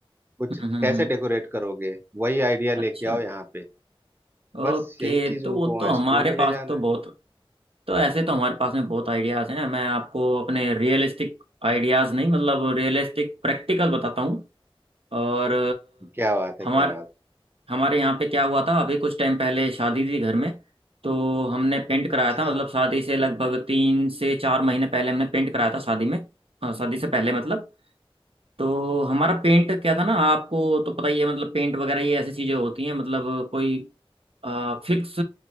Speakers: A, on the right; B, on the right.
A: कुछ
B: हम्म हम्म,
A: कैसे
B: हम्म,
A: डेकोरेट करोगे वही आइडिया लेके
B: अच्छा
A: आओ यहाँ पे बस
B: ओके
A: यही चीज
B: तो
A: उनको
B: वो तो
A: वहाँ
B: हमारे
A: स्कूल में
B: पास
A: ले जाना
B: तो
A: है
B: बहुत तो ऐसे तो हमारे पास में बहुत आइडियाज हैं मैं आपको अपने रियलिस्टिक आइडियाज नहीं मतलब रियलिस्टिक प्रैक्टिकल बताता हूँ और
A: क्या बात है
B: हमारे
A: क्या बात
B: हमारे यहाँ पे क्या हुआ था अभी कुछ टाइम पहले शादी थी घर में तो हमने पेंट कराया
A: अच्छा
B: था मतलब
A: अच्छा
B: शादी से लगभग तीन से चार महीने पहले हमने पेंट कराया था शादी में हाँ, शादी से पहले मतलब तो हमारा पेंट क्या था ना आपको तो पता ही है मतलब पेंट वगैरह ये ऐसी चीजें होती हैं मतलब कोई फिक्स